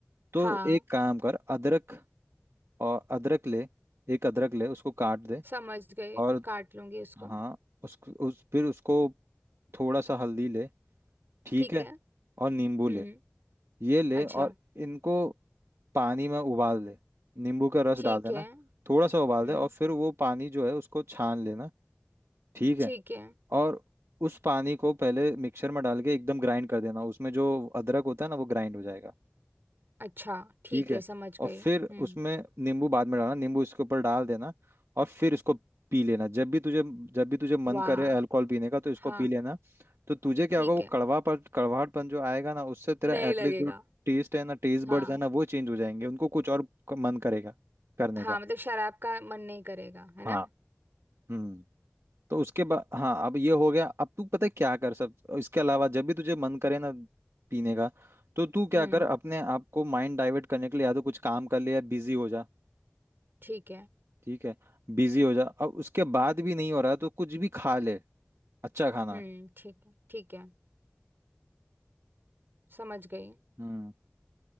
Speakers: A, on the right; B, on the right.
A: तो
B: हाँ
A: एक काम कर अदरक और अदरक ले एक अदरक ले उसको काट दे
B: समझ गई
A: और
B: काट लूंगी उसको
A: हाँ उस, उस फिर उसको थोड़ा सा हल्दी ले ठीक
B: ठीक
A: है
B: है
A: और नींबू
B: हम्म
A: ले ये ले
B: अच्छा
A: और इनको पानी में उबाल दे नींबू का रस
B: ठीक
A: डाल देना
B: है
A: थोड़ा
B: हम्म
A: सा उबाल दे और फिर वो पानी जो है उसको छान लेना ठीक
B: ठीक
A: है
B: है
A: और उस पानी को पहले मिक्सर में डाल के एकदम ग्राइंड कर देना उसमें जो अदरक होता है ना वो ग्राइंड हो जाएगा
B: अच्छा ठीक
A: ठीक है
B: है समझ
A: और
B: गई
A: फिर
B: हम्म
A: उसमें नींबू बाद में डालना नींबू इसके ऊपर डाल देना और फिर इसको पी लेना जब भी तुझे जब भी तुझे मन
B: वाह
A: करे अल्कोहल पीने का तो इसको
B: हाँ
A: पी लेना तो तुझे क्या
B: ठीक
A: होगा वो
B: है
A: कड़वापन कड़वाहटपन जो आएगा ना उससे तेरा
B: नहीं
A: एटलीस्ट
B: लगेगा
A: जो टेस्ट है ना टेस्ट
B: हाँ
A: बड्स है ना वो चेंज हो जाएंगे उनको कुछ और क- मन करेगा करने
B: हाँ
A: का
B: मतलब शराब का मन नहीं करेगा है ना
A: हाँ हम्म तो उसके बाद हाँ अब ये हो गया अब तू पता है क्या कर सब इसके अलावा जब भी तुझे मन करे ना पीने का तो तू क्या
B: हम्म
A: कर अपने आप को माइंड डाइवर्ट करने के लिए या तो कुछ काम कर ले या बिजी हो जा
B: ठीक है
A: ठीक है बिजी हो जा और उसके बाद भी नहीं हो रहा है, तो कुछ भी खा ले अच्छा खाना
B: हम्म ठीक है ठीक है समझ गई
A: हम्म